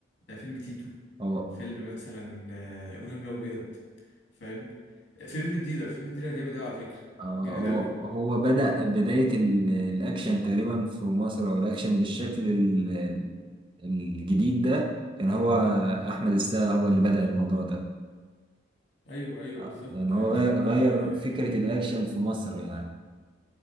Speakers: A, on the left (about 75°); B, on the right (about 25°).
A: ده فيلم تيتو
B: اه
A: فيلم مثلا آه، إبراهيم الأبيض فاهم فيلم الديلر فيلم الديلر جامد أوي على فكرة
B: آه،
A: جامد
B: هو
A: أوي
B: هو بدأ بداية ال- الأكشن تقريبا في مصر أو الأكشن بالشكل ال- الجديد ده كان هو أحمد
A: مم.
B: السقا هو اللي بدأ الموضوع ده
A: أيوه أيوه
B: آه،
A: بالظبط
B: يعني هو
A: يعني كان
B: غير غير
A: اه
B: فكرة الأكشن في مصر يعني